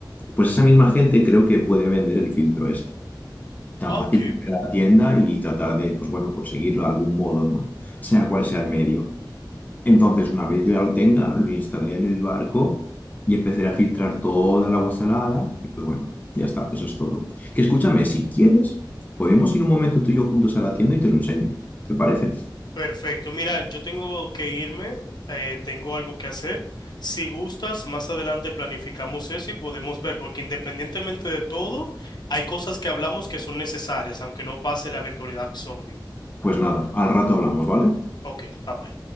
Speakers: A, on the left (about 20°); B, on the left (about 60°).
A: pues esa misma gente creo que puede vender el filtro este. Tan
B: Ah,
A: fácil
B: ok,
A: que ir a la tienda y tratar de, pues bueno, conseguirlo de algún modo, ¿no? Sea cual sea el medio. Entonces, una vez ya lo tenga, lo instalaré en el barco y empezaré a filtrar toda el agua salada. Y pues bueno, ya está, eso es todo. Que escúchame, si quieres, podemos ir un momento tú y yo juntos a la tienda y te lo enseño. ¿Te parece?
B: perfecto. Mira, yo tengo que irme, eh, tengo algo que hacer. Si gustas, más adelante planificamos eso y podemos ver, porque independientemente de todo, hay cosas que hablamos que son necesarias, aunque no pase la eventualidad zombie.
A: Pues nada, al rato hablamos, ¿vale?
B: Ok, bye bye.